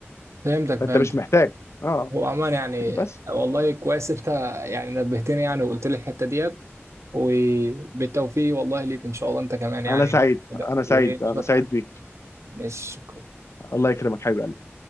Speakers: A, on the right (about 85°); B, on the left (about 80°).
A: فهمتك
B: <laughs> فانت
A: فهمتك
B: مش محتاج اه
A: هو عموما يعني
B: بس
A: والله كويس انت يعني نبهتني يعني وقلت لي الحته ديت وبالتوفيق والله ليك ان شاء الله انت كمان يعني
B: انا سعيد
A: كده
B: انا سعيد
A: واشوفك
B: انا سعيد بيك
A: مش شكرا
B: الله يكرمك حبيبي